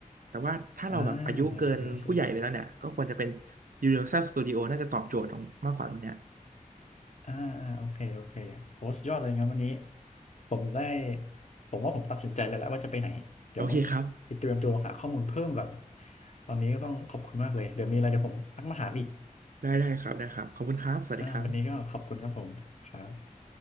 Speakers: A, on the right; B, on the left.
A: แต่ว่าถ้าเราแบบอายุเกินผู้ใหญ่ไปแล้วเนี่ยก็ควรจะเป็น
B: อ่าโอเคโอเค
A: Universal Studio น่าจะตอบโจทย์ตรงมากกว่าตรงเนี้ย
B: อ่าอ่าโอเคโอเคโอ้สุดยอดเลยงั้นวันนี้ผมได้ผมว่าผมตัดสินใจเลยแล้วว่าจะไปไหนเดี๋ยวต้องไปเตรียมตัวหาข้อมูลเพิ่มก่อน
A: โอเคครับ
B: ตอนนี้ก็ต้องขอบคุณมากเลยเดี๋ยวมีอะไรเดี๋ยวผมทักมาถามอีก
A: ได้ได้ครับได้ครับขอบคุณครับสวัสดีครับ
B: อ่าวันนี้ก็ขอบคุณครับผมครับ